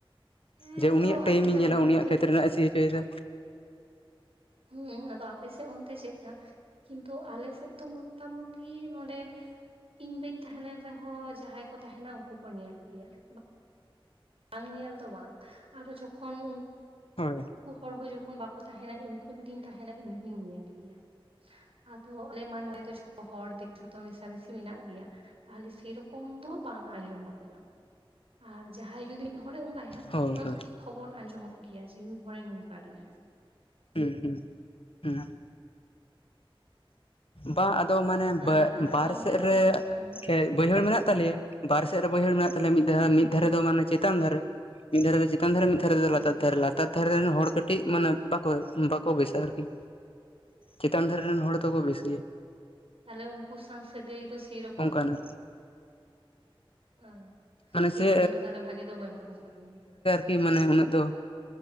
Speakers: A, on the right (about 85°); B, on the left (about 75°).
A: ᱦᱮᱸ
B: ᱡᱮ
A: ᱟᱫᱚ
B: ᱩᱱᱤᱭᱟᱜ ᱴᱟᱭᱤᱢᱤᱧ
A: ᱟᱯᱮ ᱥᱮᱫ
B: ᱧᱮᱞᱟ
A: ᱚᱱᱛᱮ
B: ᱩᱱᱤᱭᱟᱜ
A: ᱪᱮᱫᱠᱟ
B: ᱠᱷᱮᱛ ᱨᱮᱱᱟᱜ ᱮ ᱥᱤ ᱦᱚᱪᱚᱭᱮᱫᱟ᱾
A: ᱦᱩᱸ ᱟᱫᱚ ᱟᱯᱮ ᱥᱮᱜ ᱚᱱᱛᱮ ᱪᱮᱜᱠᱟ? ᱫᱚ ᱟᱞᱮ ᱥᱮᱜ ᱫᱚ ᱢᱳᱴᱟᱢᱩᱴᱤ ᱱᱚᱰᱮ ᱤᱧ ᱵᱟᱹᱧ ᱛᱟᱦᱮᱸ ᱞᱮᱱ ᱨᱮᱦᱚᱸ ᱡᱟᱸᱦᱟᱸᱭ ᱠᱚ ᱛᱟᱦᱮᱱᱟ ᱩᱱᱠᱩ ᱠᱚ ᱧᱮᱞ ᱜᱮᱭᱟ᱾ <inaudible> ᱵᱟᱝ ᱧᱮᱞ ᱫᱚ ᱵᱟᱝ ᱟᱨᱚ ᱡᱚᱠᱷᱚᱱ ᱩᱱ
B: ᱦᱳᱭ᱾
A: ᱠᱩ ᱦᱚᱲ ᱦᱚᱸ ᱡᱚᱠᱷᱚᱱ ᱵᱟᱠᱚ ᱛᱟᱦᱮᱱᱟ ᱤᱧ ᱦᱚᱸ ᱡᱩᱫᱤᱧ ᱛᱟᱦᱮᱱᱟ ᱤᱧ ᱦᱚᱧ ᱧᱮᱞ ᱜᱮᱭᱟ᱾ ᱟᱫᱚ ᱟᱞᱮ ᱢᱟ ᱱᱚᱰᱮ ᱫᱚ ᱡᱚᱛᱚ ᱦᱚᱲ ᱫᱮᱠ ᱡᱷᱚᱛᱚ ᱢᱮᱥᱟᱢᱮᱥᱤ ᱢᱮᱱᱟᱜ ᱞᱤᱭᱟ, ᱛᱟᱦᱟᱞᱮ ᱥᱮᱨᱚᱠᱚᱢ ᱫᱚ ᱵᱟᱝ ᱟᱸᱡᱚᱢ ᱟᱠᱟᱱᱟ᱾ ᱟᱨ ᱡᱟᱦᱟᱸᱭ ᱡᱩᱫᱤ ᱢᱤᱫ ᱦᱚᱲᱮ <inaudible> ᱚᱱᱟ
B: ᱦᱳᱭ ᱦᱳᱭ
A: ᱫᱚ ᱴᱷᱤᱠ ᱠᱷᱚᱵᱚᱨ ᱟᱸᱡᱚᱢᱚᱜ ᱜᱮᱭᱟ ᱡᱮ ᱱᱩᱭ ᱦᱚᱲᱮ ᱱᱚᱝᱠᱟ ᱞᱮᱫᱟ᱾
B: ᱦᱩᱸ ᱦᱩᱸ ᱦᱩᱸ᱾ ᱵᱟ ᱟᱫᱚ ᱢᱟᱱᱮ ᱵᱟ
A: ᱟᱨ ᱛᱟᱦᱚᱞᱮ ᱟᱯᱮ
B: ᱵᱟᱨ
A: ᱚᱱᱛᱮ
B: ᱥᱮᱜ
A: ᱫᱚ
B: ᱨᱮ᱾
A: ᱦᱩᱸ
B: ᱦᱮᱸ ᱵᱟᱹᱭᱦᱟᱹᱲ ᱢᱮᱱᱟᱜ ᱛᱟᱞᱮᱭᱟ ᱵᱟᱨ ᱥᱮᱜ ᱨᱮ ᱵᱟᱹᱭᱦᱟᱹᱲ ᱢᱮᱱᱟᱜ ᱛᱟᱞᱮᱭᱟ ᱢᱤᱫ ᱫᱷᱟ ᱢᱤᱫ
A: ᱦᱮᱸ
B: ᱫᱷᱟᱨᱮ ᱫᱚ ᱢᱟᱱᱮ ᱪᱮᱛᱟᱱ ᱫᱷᱟᱨᱮ᱾ ᱢᱤᱫ ᱫᱷᱟᱨᱮ ᱫᱚ ᱪᱮᱛᱟᱱ ᱫᱷᱟᱨᱮ ᱢᱤᱫ ᱫᱷᱟᱨᱮ ᱫᱚ
A: ᱦᱮᱸ
B: ᱞᱟᱛᱟᱨ ᱫᱷᱟᱨᱮ ᱞᱟᱛᱟᱨ ᱫᱷᱟᱨᱮ ᱨᱮᱱ ᱦᱚᱲ ᱠᱟᱹᱴᱤᱡ ᱢᱟᱱᱮ ᱵᱟ ᱠᱚ, ᱵᱟᱠᱚ ᱵᱮᱥᱟ ᱟᱨᱠᱤ ᱪᱮᱛᱟᱱ ᱫᱷᱟᱨᱮ ᱨᱮᱱ ᱦᱚᱲ ᱫᱚᱠᱚ ᱵᱮᱥᱜᱤᱭᱟ᱾
A: ᱛᱷᱟᱞᱮ ᱩᱱᱠᱩ ᱥᱟᱶ ᱥᱟᱹᱜᱟᱭ ᱫᱚ ᱥᱮᱨᱚᱠᱚᱢ
B: ᱚᱱᱠᱟᱱ ᱟᱨᱠᱤ
A: ᱚ
B: ᱢᱟᱱᱮ
A: ᱥᱮᱨᱚᱠᱚᱢ
B: ᱥᱮ
A: ᱫᱚ ᱛᱟᱦᱞᱮ ᱵᱷᱟᱜᱤ ᱫᱚ ᱵᱟᱹᱱᱩᱜᱼᱟ ᱥᱟᱹᱜᱟᱭ ᱾
B: ᱤ ᱢᱟᱱᱮ ᱩᱱᱟᱹᱜ ᱫᱚ,